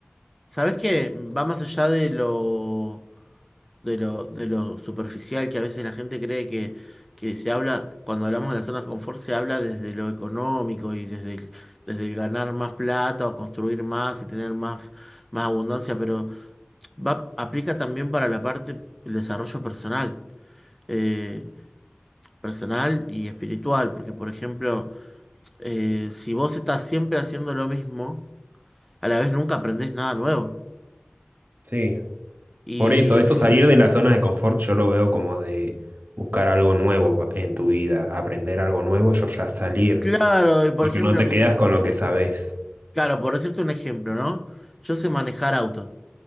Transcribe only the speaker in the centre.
Sabes que va más allá de lo, de lo, de lo superficial que a veces la gente cree que, que se habla, cuando hablamos de las zonas de confort, se habla desde lo económico y desde el, desde el ganar más plata o construir más y tener más, más abundancia, pero va, aplica también para la parte del desarrollo personal, eh, personal y espiritual, porque por ejemplo, eh, si vos estás siempre haciendo lo mismo, a la vez nunca aprendés nada nuevo.
Y
se
Claro, y por
ejemplo,
que
se te-
claro, por decirte un ejemplo, ¿no? Yo sé manejar autos,